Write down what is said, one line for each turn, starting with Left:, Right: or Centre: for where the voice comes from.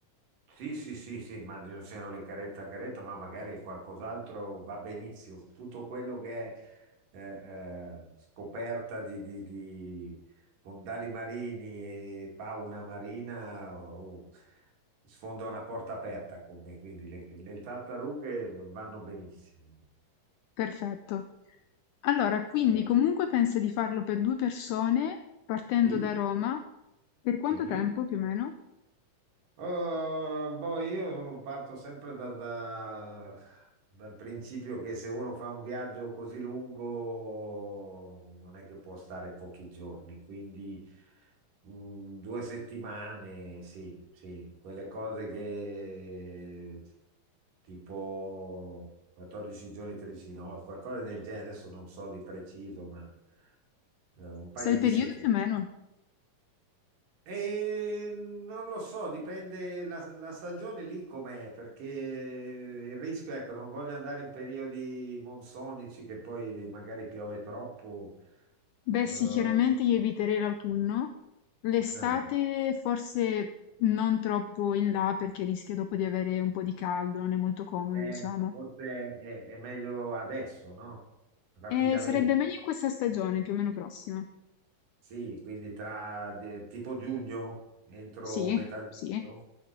Right: Sì, sì, sì, sì, ma non siano le caretta a caretta, ma magari qualcos'altro va benissimo. Tutto quello che è eh, eh, scoperta di, di- di fondali marini e fauna marina oh, sfonda una porta aperta con me, quindi le, le tartarughe vanno benissimo.
Left: Perfetto. Allora, quindi
Right: Eh,
Left: comunque pensa di farlo per due persone partendo
Right: sì,
Left: da Roma. Per quanto
Right: sì,
Left: tempo più o meno?
Right: Eh, boh, io parto sempre da- da- dal principio che se uno fa un viaggio così lungo non è che può stare pochi giorni, quindi mm, due settimane, sì, sì, quelle cose che tipo 14 giorni, 13 no, qualcosa del genere, adesso non so di preciso, ma eh, un paio
Left: Sai il
Right: di
Left: periodo
Right: settimane.
Left: più o meno?
Right: E non lo so, dipende la, la stagione lì com'è, perché il rischio, ecco, non voglio andare in periodi monsonici che poi magari piove troppo.
Left: Beh,
Right: Eh,
Left: sì, chiaramente io eviterei l'autunno. L'estate
Right: eh,
Left: forse non troppo in là perché rischio dopo di avere un po' di caldo, non è molto comodo,
Right: eh,
Left: diciamo.
Right: forse è, è meglio adesso, no? Rapidamente.
Left: E sarebbe meglio in questa stagione, più o meno prossima.
Right: Sì, quindi tra di- tipo giugno, entro
Left: Sì,
Right: metà giugno,
Left: sì,